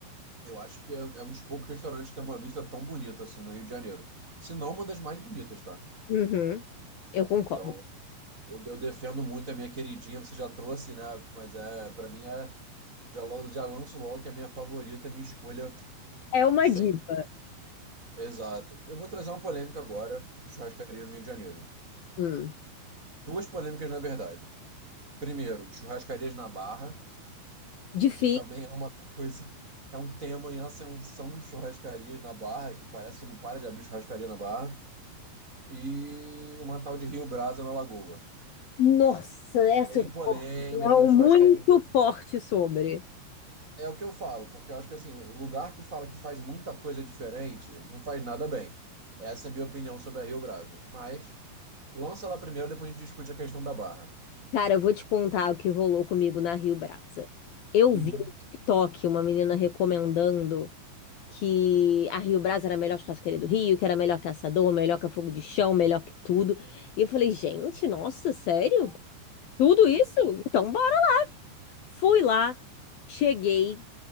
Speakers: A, on the right (about 15°); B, on the left (about 60°).
A: eu acho que é, é um dos poucos restaurantes que tem uma vista tão bonita assim no Rio de Janeiro. Se não, uma das mais bonitas, tá?
B: Uhum. Eu concordo.
A: Então, Eu, eu defendo muito a minha queridinha, você já trouxe, né? Mas é, para mim é já logo já lanço logo que é a minha favorita, minha escolha
B: É uma
A: sempre.
B: diva.
A: Exato. Eu vou trazer uma polêmica agora de churrascaria no Rio de Janeiro.
B: Hum.
A: Duas polêmicas, na verdade. Primeiro, churrascarias na Barra,
B: Difícil.
A: que também é uma coisa, é um tema em ascensão de churrascarias na Barra, que parece que não para de abrir churrascaria na Barra, e uma tal de Rio Brasa na Lagoa.
B: Nossa, essa
A: Bem
B: eu
A: polêmica,
B: Não
A: churrascaria.
B: muito forte sobre.
A: É o que eu falo, porque eu acho que assim, lugar que fala que faz muita coisa diferente, não faz nada bem. Essa é a minha opinião sobre a Rio Brasa. Mas lança ela primeiro, depois a gente discute a questão da barra.
B: Cara, eu vou te contar o que rolou comigo na Rio Brasa. Eu
A: Uhum.
B: vi no TikTok uma menina recomendando que a Rio Brasa era a melhor churrasqueira do Rio, que era melhor que Assador, melhor que a Fogo de Chão, melhor que tudo. E eu falei, gente, nossa, sério?
A: Bom,
B: Tudo
A: bom
B: isso?
A: demais.
B: Então bora. Fui lá, cheguei,